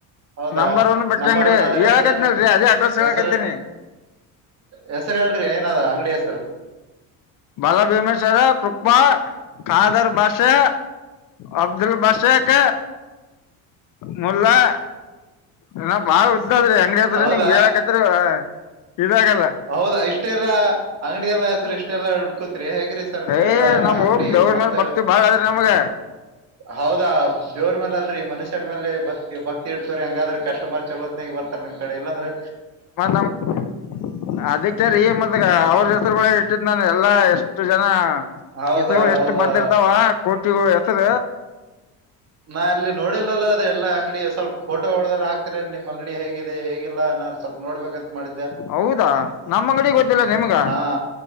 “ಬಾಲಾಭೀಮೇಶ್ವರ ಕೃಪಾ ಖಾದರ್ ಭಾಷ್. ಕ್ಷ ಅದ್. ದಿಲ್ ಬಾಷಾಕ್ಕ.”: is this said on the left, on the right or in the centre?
Left